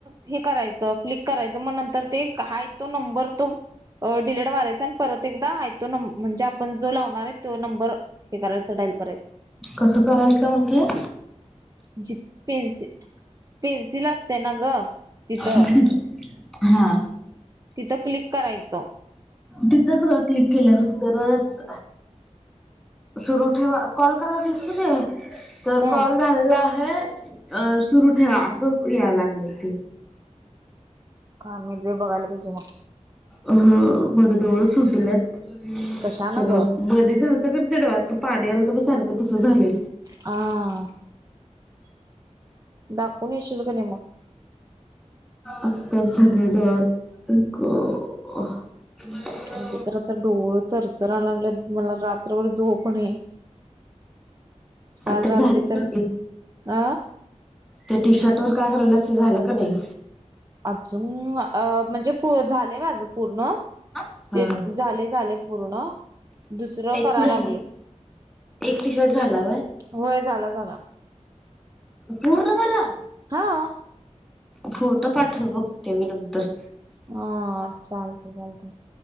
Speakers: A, on the right; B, in the centre.
A: हे करायचं क्लिक करायचं मग नंतर ते क हाय तो नंबर तो अ डिलिट मारायचान परत एकदा हाय तो नंब म्हणजे आपण जो लावणार हाय तो नंबर हे <inaudible> डायल कराय <inaudible>
B: कसं करायचं म्हटलं.
A: जी पेन्सिल पेन्सिल असते ना ग. तिथं
B: <unintelligible> अ-हा.
A: तिथं क्लिक करायचं.
B: तिथंच ग क्लिक केल्यानंतरच सुरू ठेवा कॉल करायला <inaudible> तर
A: हं
B: कॉल झाला आहे अ सुरु ठेवा असं याय लागलं ते <inaudible>
A: कामे बी बघाईल पाहिजे मग.
B: अ-ह माझ डोळं सुजल्यात सगळं
A: कशान ग
B: मध्ये झाल तुमच्या डोळ्यात पाणी आलं तर सारखं तसं झालं.
A: आ.. दाखवून येशील का नाही मग.
B: आत्ताच झालेये डोळ्यात आई ग अ <unintelligible>
A: म्हणजे तर आता डोळ चरचरायला लागलं मला रात्रभर झोप नाही. काल
B: ते
A: रात्री
B: झालं
A: तर
B: नाही
A: अ
B: त्या टी शर्ट वर काय करायल अस ते झालं का नाही.
A: अजून अ म्हणजे पु झालेय माझं. पूर्ण
B: नाही
A: ते झाले झाले पूर्ण. दुसरं
B: एक
A: करा
B: झाला
A: लागलं.
B: एक टी शर्ट झाला होय.
A: होय झाला झाला.
B: पूर्ण झाला?
A: हाव.
B: फोटो पाठव बघते मी नंतर.
A: आ-हा चालतय चालतय